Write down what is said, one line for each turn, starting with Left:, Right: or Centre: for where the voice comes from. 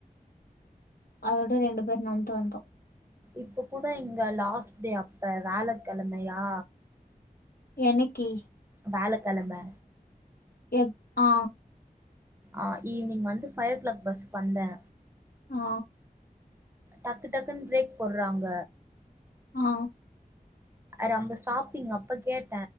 Left: அதோட ரெண்டு பேர் நடந்து வந்தோ
Right: இப்ப கூட இங்க லாஸ்ட் டே அப்ப வியாழக்கெழமையா
Left: என்னக்கி
Right: வியாழக்கெழம
Left: எப் ஆ
Right: ஆ ஈவ்னிங் வந்து ஃபை ஓ க்ளாக் பஸ்கு வந்த
Left: ஆ
Right: டக்கு டக்குன்னு பிரேக் போட்றாங்க
Left: ஆ
Right: ரம்ப ஸ்டாப்பிங் அப்ப கேட்ட